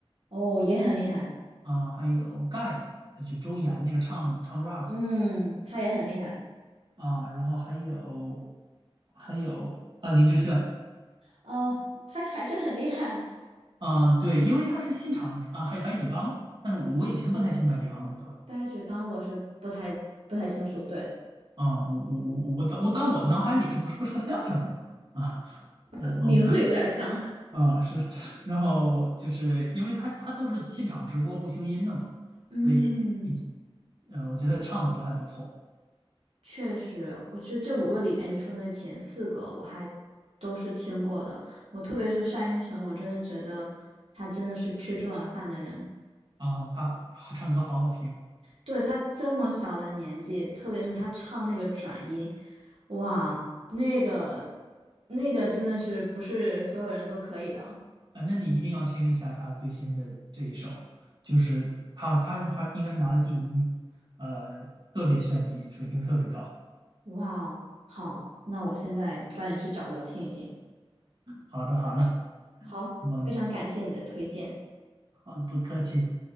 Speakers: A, on the right; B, on the right.
A: 哦，也很厉害。
B: 啊，还有盖，啊就周岩那个唱唱 rap
A: 嗯，
B: 的
A: 他也很厉害。
B: 啊，然后还有还有啊林志炫
A: 哦，他还是很厉害。
B: 啊，对，因为他是现场啊，还有白举纲，但是我以前不太听白举纲的歌
A: 白举纲我是不太不太清楚，对，
B: 啊，我我我我在我在我脑海里这不是个说相声的吗？啊，我我
A: 个名字有点像。
B: 啊是，<laughs> 然后就是因为他他都是现场直播不修音的嘛，
A: <laughs> 嗯，
B: 所以比呃，我觉得唱的都还不错
A: 确实，我这这五个里边，你说的前四个我还都是听过的。我特别是单依纯，我真的觉得他真的是吃这碗饭的人。
B: 啊，他他唱歌好好听
A: 对，他这么小的年纪，特别是他唱那个转音，哇，那个那个真的是不是所有人都可以的。
B: 啊，那你一定要听一下他最新的这一首，就是他他还应该是拿了第一，呃，特别炫技，水平特别高。
A: 哇哦，好，那我现在抓紧去找找听一听。
B: 好的，好的，
A: 好，
B: 我
A: 非常感谢你的推荐。
B: 好，不客气，